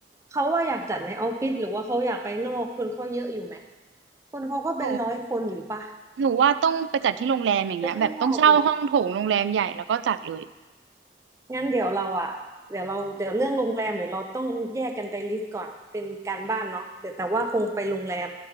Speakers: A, on the right; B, on the right.
A: เขาว่าอยากจัดในออฟฟิศหรือว่าเขาอยากไปนอกคนเขาเยอะอยู่ไหมคนเขาก็เป็นร้อยคนอยู่ปะ
B: หนูหนูว่าต้องไปจัดที่โรงแรมอย่างเงี้ยแบบต้องเช่าห้องโถงโรงแรมใหญ่แล้วก็จัดเลย
A: ไปข้างนอกเนาะ งั้นเดี๋ยวเราอ่ะเดี๋ยวเราเดี๋ยวเรื่องโรงแรมเดี๋ยวเราต้องแยกกันไปลิสต์ก่อนเป็นการบ้านเนาะเดี๋ยวแต่ว่าคงไปโรงแรม